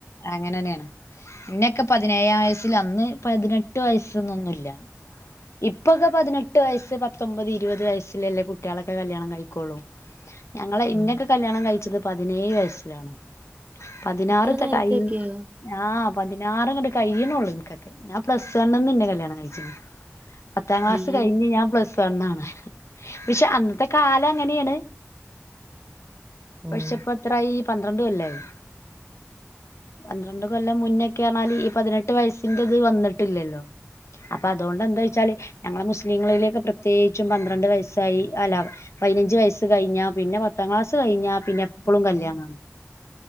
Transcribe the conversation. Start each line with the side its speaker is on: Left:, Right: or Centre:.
Left: അങ്ങനെന്നെയാണ് ന്നെക്കെ പതിനേഴാം വയസ്സില് അന്ന് പതിനെട്ട് വയസ്സന്നൊന്നുല്ല ഇപ്പൊക്കെ പതിനെട്ട് വയസ്സ് പത്തൊമ്പത് ഇരുപത് വയസ്സില്ലല്ലേ കുട്ടികളൊക്കെ കല്യാണം കഴിക്കുള്ളൂ ഞങ്ങളെ ഇന്നൊക്കെ
Right: ഉം.
Left: കല്യാണം കഴിച്ചത് പതിനേഴ് വയസ്സിലാണ് പതിനാറ്തെ
Right: അത്ര നേരത്തേക്കെയോ
Left: കൈ ആഹ് പതിനാറ് ഇങ്ങട്ട് കയ്യ്ണോള്ളു ഇൻക്കൊക്കെ ഞാൻ പ്ലസ് വണ്ന്ന് ന്നെ കല്യാണം കഴിച്ക്ണ് പത്താം ക്ലാസ്
Right: അയ്യോ
Left: കഴിഞ്ഞ് ഞാൻ പ്ലസ് വണ്ണാണ് പക്ഷെ അന്നത്തെ കാലം അങ്ങനെണ് പക്ഷെപ്പോ
Right: ഓ
Left: എത്രായി പന്ത്രണ്ട്കൊല്ലായി പന്ത്രണ്ട് കൊല്ലം മുന്നെക്കെയർണാൽ ഈ പതിനെട്ട് വയസ്സിന്റെത് വന്നിട്ടില്ലല്ലോ അപ്പൊ അതോണ്ട് എന്താച്ചാല് ഞങ്ങളെ മുസ്ലിങ്ങളിലേക്കെ പ്രത്യേകിച്ചും പന്ത്രണ്ട് വയസ്സായി അല പതിനഞ്ച് വയസ്സ് കഴിഞ്ഞാ പിന്നെ പത്താം ക്ലാസ് കഴിഞ്ഞ പിന്നെ എപ്പളും കല്യാണാണ്